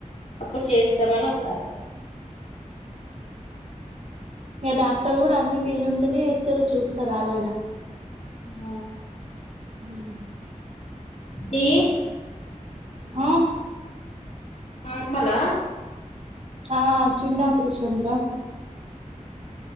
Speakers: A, on the left; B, on the right.
A: అప్పుడు చేస్తామని అన్నారు.
B: ఇగ డాక్టర్లు కూడా అన్ని వీలుంటేనే ఎత్తరు చూస్తారు వాళ్ళైనా.
A: ఆ
B: మ్మ్
A: డీ
B: ఆ
A: నార్మలా
B: ఆ చిన్న ఆపరేషన్ రా